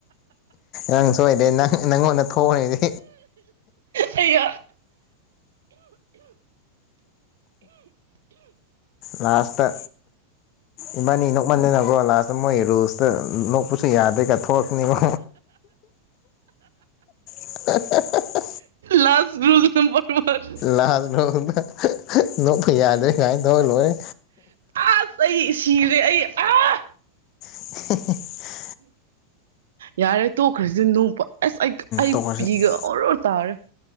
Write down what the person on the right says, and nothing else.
ꯑꯩꯌꯥ
ꯂꯥꯁ rule number one
ꯑꯁ ꯑꯩ ꯁꯤꯔꯦ ꯑꯩ ꯑꯥ
ꯌꯥꯔꯦ ꯇꯣꯛꯈ꯭ꯔꯁꯤ ꯅꯨꯛꯄꯥ ꯑꯦꯁ ꯑꯩ ꯑꯩ
ꯄꯤꯒ ꯑꯣꯔ‌ꯣ <unintelligible>